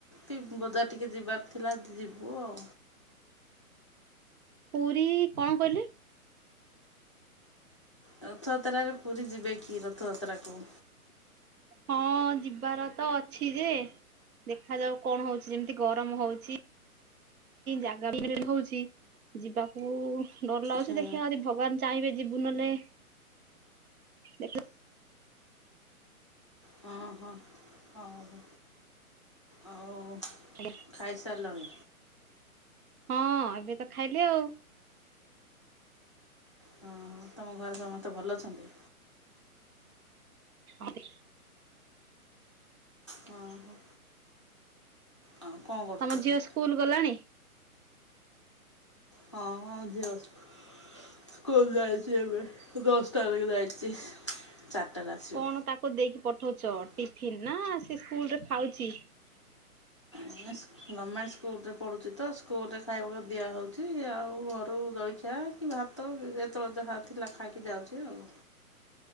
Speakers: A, on the left (about 25°); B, on the right (about 70°).
A: କି ବଜାର ଟିକେ ଯିବାର ଥିଲା ଯିବୁ ଆଉ।
B: ପୁରୀ କଣ କହିଲେ?
A: ରଥଯାତ୍ରାରେ ପୁରୀ ଯିବେ କି ରଥଯାତ୍ରାକୁ?
B: ହଁ ଯିବାର ତ ଅଛି ଯେ ଦେଖା ଯାଉ କଣ ହଉଛି ଯେମିତି ଗରମ ହଉଛି ଜାଗା ବି <unintelligible> ହଉଛି ଯିବାକୁ ଡର ଲାଗୁଛି
A: ହୁଁ
B: ଦେଖିବା ଯଦି ଭଗବାନ ଚାହିଁବେ ଯିବୁ ନହେଲେ ନେଟ <unintelligible>
A: ହଁ ହଁ। ହଉ ଆଉ
B: ହ୍ୟାଲୋ।
A: ଖାଇସାରିଲଣି?
B: ହଁ ଏବେ ତ ଖାଇଲି ଆଉ।
A: ହଁ ହଁ ତମ ଘରେ ସମସ୍ତେ ଭଲ ଅଛନ୍ତି?
B: ଆରେ।
A: ହଁ ହଁ ଆଉ କଣ କରୁଛ
B: ତମ
A: ଏବେ?
B: ଝିଅ ସ୍କୁଲ ଗଲାଣି?
A: ହଁ ଝିଅ ସ୍କୁୁଲ ଯାଇଛି ଏବେ। ଦଶ ଟା ବେଳେ କେ ଯାଇଛି। ଚାରିଟାରେ ଆସିବ।
B: କଣ ତାକୁ ଦେଇକି ପଠ ଉଚ
A: ଗଭର୍ଣ୍ଣମେଣ୍ଟ
B: ଟିଫିନ ନା ସେ ସ୍କୁଲରେ ଖାଉଛି?
A: ଗଭମେଣ୍ଟ ସ୍କୁଲରେ ପଢ଼ୁଛି ତ ସ୍କୁଲରେ ଖାଇବାକୁ ଦିଆହଉଛି ଆଉ ଘରୁ ଜଳଖିଆ ଆ କି ଭାତ ଯେତେବେଳେ ଯାହା ଥିଲା ଖାଇକି ଯାଉଛି ଆଉ।